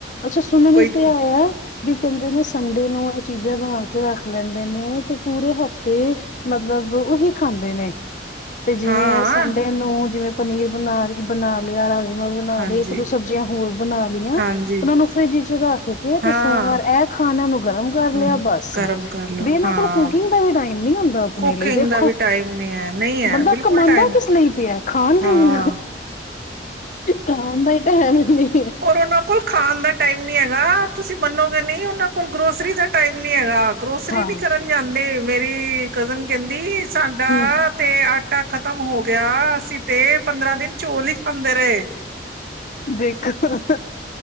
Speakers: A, on the left (about 45°); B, on the right (about 60°).
A: ਅੱਛਾ ਸੁਨਨ
B: ਕੋਈ
A: ਵਿੱਚ ਤੇ ਆਇਆ ਵੀ ਕਹਿੰਦੇ ਨੇ ਸੰਡੇ ਨੂੰ ਇਹ ਚੀਜ਼ਾਂ ਬਣਾ ਕੇ ਰੱਖ ਲੈਂਦੇ ਨੇ ਤੇ ਪੂਰੇ ਹਫ਼ਤੇ ਮਤਲਬ ਉਹੀ ਖਾਂਦੇ ਨੇ ਤੇ ਜਿਵੇਂ
B: ਹਾਂ
A: ਸੰਡੇ ਨੂੰ ਜਿਵੇਂ ਪਨੀਰ ਬਣਾ ਬਣਾ ਲਿਆ ਆਾ ਬਣਾ
B: ਹਾਂਜੀ
A: ਦੇ ਇੱਕ ਦੋ ਸਬਜ਼ੀਆਂ ਬਣਾ ਲਈਆਂ
B: ਹਾਂਜੀ
A: ਉਹਨਾਂ ਨੂੰ ਫ੍ਰਿਜ <unintelligible>
B: ਹਾਂ
A: ਤੇ ਸੋਮਵਾਰ ਇਹ ਖਾਣਾ ਨੂੰ ਗਰਮ ਕਰ ਲਿਆ
B: ਹਮ
A: ਬਸ
B: ਗਰਮ ਕਰ ਲੋ
A: ਵੀ ਇਹਨਾਂ
B: ਹਾਂ
A: ਕੋਲ ਕੁਕਿੰਗ ਦਾ ਵੀ ਟਾਈਮ ਨੀ ਹੁੰਦਾ ਆਪਣੇ
B: ਕੁਕਿੰਗ
A: ਲਈ ਦੇਖੋ
B: ਦਾ ਵੀ ਟਾਈਮ ਨਹੀਂ ਹੈ ਨਹੀਂ ਹੈ
A: ਬੰਦਾ
B: ਬਿਲਕੁਲ
A: ਕਮਾਉਂਦਾ
B: ਟਾਈਮ
A: ਕਿਸ ਲਈ ਪਿਆ ਖਾ ਲਈ
B: ਹਾਂ
A: ਖਾਨ ਦਾ ਤਾਂ ਹੀ ਹੈ ਨੀ
B: ਔਰਉਹਨਾਂ ਕੋਲ ਖਾਣ ਦਾ ਟਾਈਮ ਨੀ ਹੈਗਾ ਤੁਸੀਂ ਮੰਨੋਗੇ ਨਹੀਂ ਉਹਨਾਂ ਕੋਲ ਗਰੋਸਰੀ ਦਾ ਟਾਈਮ ਨੀ ਹੈਗਾ ਗਰੋਸਰੀ
A: ਹਾਂ
B: ਨੀ ਕਰਨ ਜਾਂਦੇ ਮੇਰੀ ਕਜ਼ਨ ਕਹਿੰਦੀ ਸਾਡਾ
A: ਹੂੰ।
B: ਤੇ ਅੱ ਟਾ ਖਤਮ ਹੋ ਗਿਆ ਅਸੀਂ ਤੇ ਪੰਦਰਾਂ ਦਿਨ ਚੋ ਲਿਖ ਹਦੇ ਰਹੇ
A: ਦੇਖੋ